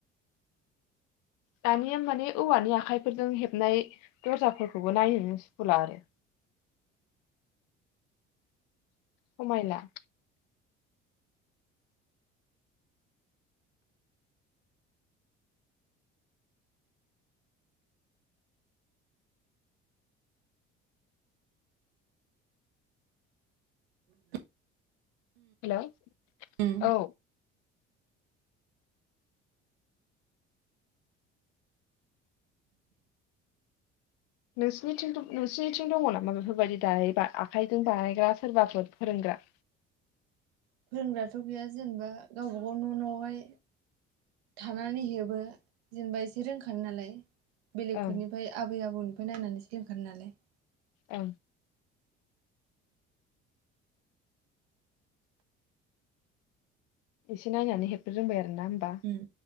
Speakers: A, on the left (about 70°); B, on the right (about 80°).
A: दानिया माने औवानि आखाइफोरजों हेबनाय दर्जाफोरखौबो नायनोनो सुखुला आरो समायला
B: <unintelligible>
A: हेल'
B: उम
A: औ नोंसोरनिथिं थ' नोंसोरनिथिं दंङ नामा बेफोरबायदि दायो बा आखाइजों बानायग्रा सोरबाफोर फोरोंग्रा?
B: फोरोंग्राथ गैया जेनेबा गावबागाव न' न' हाय थानानै हेबो जेनेबा एसे रोंखायो नालाय। बेलेगफोरनिफाय
A: ओं
B: आबै आबौनि निफाय नायनानै सोलोंखानाय नालाय
A: औ एसे नायनानै हेबनो रोंबाय आ ना होनबा
B: उम